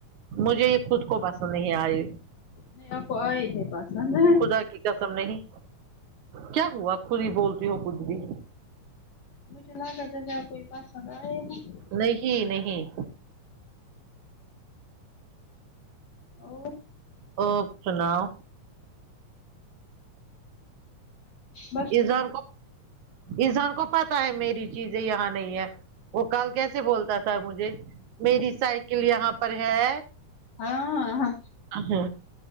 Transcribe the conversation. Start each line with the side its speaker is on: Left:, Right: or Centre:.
Right: مجھے یہ خود کو پسند نہیں آئی
Left: نہیں آپ کو آئے تھے پسند ہے
Right: خدا کی قسم نہیں کیا ہوا کو بولتی ہو کھ بھی
Left: مجھے لگتا جیسے آپ کو ہی پسند آئے ہ
Right: نہیں نہیں
Left: اور
Right: اور سناؤ
Left: بس
Right: انسان کو انسان کو پتہ ہے میری چیزیں یہاں نہیں ہے وہ کال کیسے بولتا صاحب مجھے میری سائیکل یہاں پر ہے
Left: ہاں اہ
Right: ہ